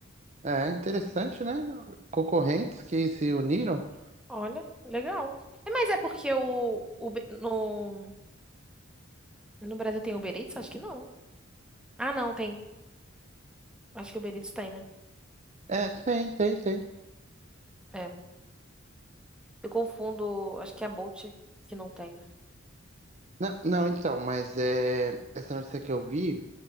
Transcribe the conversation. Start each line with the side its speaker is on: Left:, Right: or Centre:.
Right: É interessante, né? Concorrentes que se uniram?
Centre: Olha, legal. É, mas é porque o, o Be- no, no Brasil tem Uber Eats? Acho que não. Ah, não, tem. Acho que Uber Eats tem, né?
Right: É, tem, tem, tem.
Centre: É. Eu confundo, acho que é a Bolt que não tem, né?
Right: Não, não, então, mas é, essa notícia que eu vi